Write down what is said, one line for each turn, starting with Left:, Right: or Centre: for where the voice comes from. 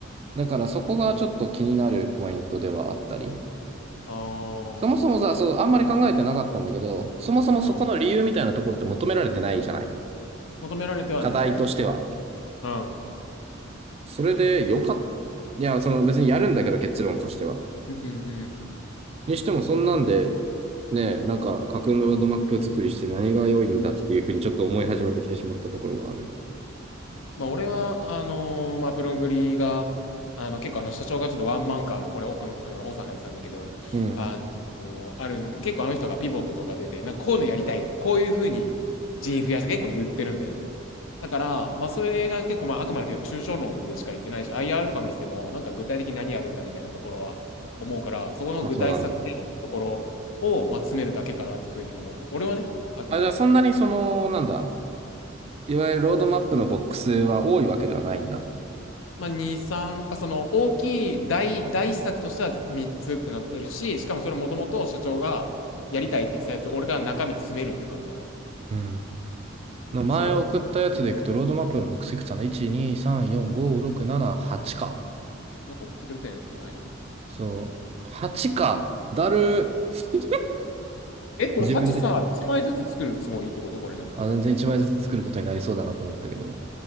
Right: だからそこがちょっと気になるポイントではあったり。
Left: ああー、
Right: そもそもさ、そう、あんまり考えてなかったんだけど、そもそもそこの理由みたいなところって求められてないじゃない。
Left: うん。求められてはないね。
Right: 課題としては。
Left: うん。
Right: それでよかった。いや、その別にやるんだけど結論としては。
Left: うん、うん。
Right: にしてもそんなんで、ね、なんか架空のロードマップ作りして何が良いんだっていうふうにちょっと思い始めてきてしまったところがある。
Left: まあ、俺は、あのーまあ、プログリが、あの、結構、あの、社長がちょっとワンマンカーで、これ、奥の、あの、王さんが言ってたんだけど、
Right: うん。
Left: あの、あるん結構あの人がピボットとか出て、なんか、こういうのやりたいとか、こういうふうに人員増やした結構言ってるんだよね。だから、まあ、それが結構、まあ、あくまでけど、抽象論でしか言ってないし、IR とか見てても、なんか具体的に何やるんだみたいなところは思うから、そこの具体策定のところを、
Right: あ、そうなんだ。
Left: まあ、詰めるだけかなってふうに思ってて、俺はね、あくまで。
Right: あ、じゃあそんなにその、なんだ、いわゆるロードマップのボックスは多いわけではないんだ。
Left: まあ、2、3、あ、その大きい大、大施策としては3つってなってるし、しかもそれもともと社長がやりたいって言ってたやつ、俺が中身詰めるって感じかな。
Right: うん。まあ前送ったやつでいくと、
Left: そう。うん
Right: ロードマップのボックスいくつかな ?1、2、3、4、5、6、7、8か。
Left: なんか送ってくれたんです、前に。
Right: そう。8か。だる <laughs>
Left: え、これ8さ、
Right: 自分で。
Left: 1枚ずつ作るつもりってことこれなんか。
Right: あ、全然1枚ずつ作ることになりそうだなと思ったけど、